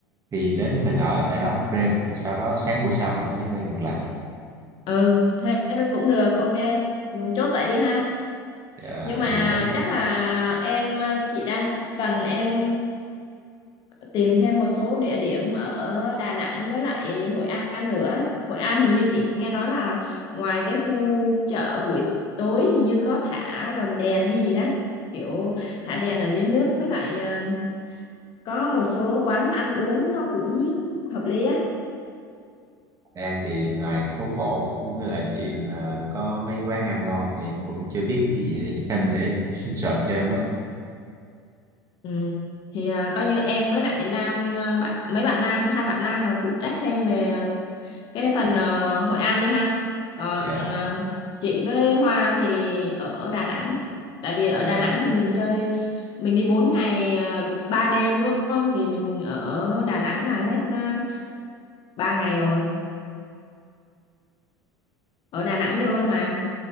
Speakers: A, on the right; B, on the left.
A: thì đến mình ở tại đó một đêm rồi sau đó sáng buổi sau mình mới quay ngược lại
B: ừ thế cũng được ok Ừ, chốt vậy đi ha
A: Ờ,
B: nhưng mà
A: thì cái
B: chắc là em chị đang cần em tìm thêm một số địa điểm ở Đà Nẵng với lại Hội An nữa. Hội An hình như chị nghe nói là ngoài cái khu chợ buổi tối hình như có thả lồng đèn hay gì đó kiểu thả đèn ở dưới nước với lại ờ, có một số quán ăn uống nó cũng hợp lý á.
A: An thì ngoài phố cổ với lại chuyện mà có mấy quán ăn ngon thì em cũng chưa biết cái gì để <laughs> xem để em <laughs> sợ thêm á.
B: Ừ. Thì ờ, coi như em với lại nam ờ, bạn mấy bạn nam hai bạn nam là phụ trách thêm về cái phần ờ, Hội An đi ha còn
A: Dạ,
B: ờ, chị với Hoa thì ở Đà Nẵng tại vì ở
A: dạ,
B: Đà Nẵng thì mình chơi mình đi 4 ngày uh, 3 đêm đúng không thì mình ở Đà Nẵng là hết uh, 3 ngày rồi ở Đà Nẵng nhiều hơn mà